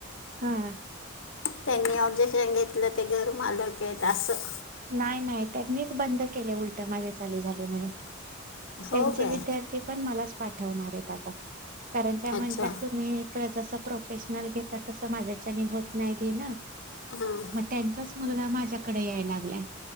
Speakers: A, on the right; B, on the left.
A: हा.
B: त्यांनी ऑब्जेक्शन घेतलं ते घर मालक आहेत असं.
A: नाही नाही त्यांनीच बंद केले उलट माझ्या चालू झाल म्हणून.
B: हो
A: त्यांचे
B: काय?
A: विद्यार्थी पण मलाच- पाठवणार आहेत आता. कारण त्या म्हणतात
B: अच्छा.
A: तुम्ही प्रज प्रोफेशनल घेेतात तस माझ्याच्या होत नाही घे ना
B: हां.
A: मग त्यांचाच मुल हा माझ कडे यायला लाय